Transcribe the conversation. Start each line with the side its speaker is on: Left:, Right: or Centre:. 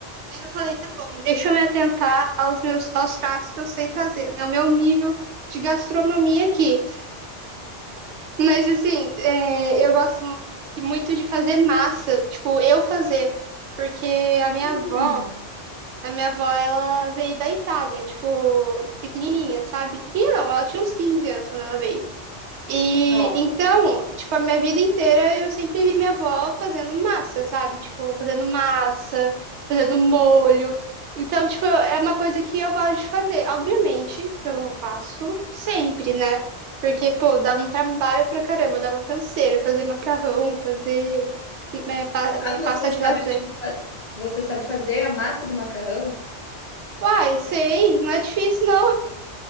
Right: Aí eu falei, tá bom, deixa eu me atentar aos meus aos pratos que eu sei fazer, né? O meu nível de gastronomia aqui. Mas assim, é, eu gosto mu- muito de fazer massa, tipo, eu fazer, porque a minha
Left: Hum,
Right: avó, a minha avó, ela veio da Itália, tipo, pequenininha, sabe? Pequenininha não, ela tinha uns 15 anos quando ela veio. E
Left: nova.
Right: então, tipo, a minha vida inteira eu sempre vi minha avó fazendo massa, sabe? Tipo, fazendo massa, fazendo molho. Então, tipo, é uma coisa que eu gosto de fazer. Obviamente que eu faço sempre, né? Porque, pô, dá um trabalho pra caramba, dá uma canseira fazer macarrão, fazer é, pa- é,
Left: Ah, você
Right: pasta de
Left: sabe,
Right: lasanha.
Left: tipo, fa você sabe fazer a massa do macarrão?
Right: Uai, sei, não é difícil não. <laughs>